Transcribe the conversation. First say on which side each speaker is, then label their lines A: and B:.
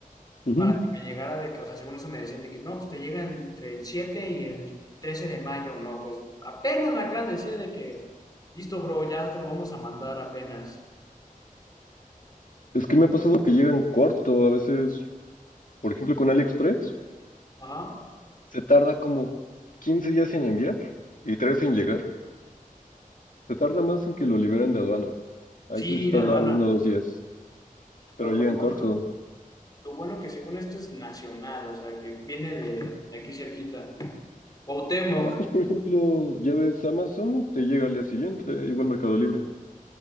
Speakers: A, on the left; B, on the left.
A: Ujú.
B: para que me llegara de que, o sea, según eso me decían de que no, pues te llega entre el 7 y el 13 de mayo, no, pues apenas me acaban de decir de que, listo, bro, ya te lo vamos a mandar apenas.
A: Es que me ha pasado que llegan corto, a veces, por ejemplo, con AliExpress,
B: Ajá.
A: se tarda como 15 días en enviar y 3 en llegar. Se tarda más en que lo liberen de aduana. Ahí
B: Sí,
A: sí se tarda
B: de aduana.
A: uno o dos días, pero
B: No,
A: llegan
B: pero bueno,
A: corto.
B: lo bueno que según esto es nacional, o sea, que viene de de aquí cerquita. Cuauhtémoc.
A: Ah, pues por ejemplo, ya ves Amazon, te llega al día siguiente, igual Mercado Libre.